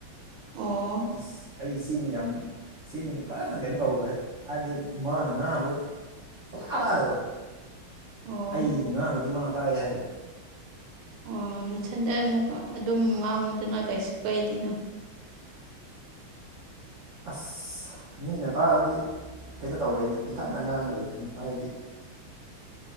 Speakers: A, on the right (about 75°); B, on the right (about 60°).
A: ꯑꯣ
B: ꯑꯁ ꯑꯩ ꯆꯤꯟ ꯌꯥꯝ ꯆꯤꯟ ꯐꯖꯅ ꯀꯩꯅꯣ ꯇꯧꯒ꯭ꯔꯦ ꯍꯥꯏꯕꯗꯤ ꯃꯥꯅ ꯉꯥꯡꯕꯨ ꯁꯣꯂꯥ ꯇꯥꯗꯕ
A: ꯑꯣ
B: ꯑꯩꯩꯅ ꯉꯥꯡꯕꯗꯤ ꯃꯥ ꯇꯥꯏ ꯍꯥꯏꯕ
A: ꯑꯣ ꯅꯊꯟꯗ ꯑꯃꯨꯛ ꯑꯗꯨꯝ ꯉꯥꯡꯉꯨꯗꯅ ꯀꯩꯁꯨ ꯀꯩꯗꯅꯣ
B: ꯑꯁ ꯃꯤꯅ ꯇꯥꯔꯗꯤ ꯀꯩꯅꯣ ꯇꯧꯕꯩꯅ ꯏꯊꯠꯗ ꯑ ꯉꯥꯡ ꯂꯩꯕꯗ ꯍꯥꯏꯗꯤ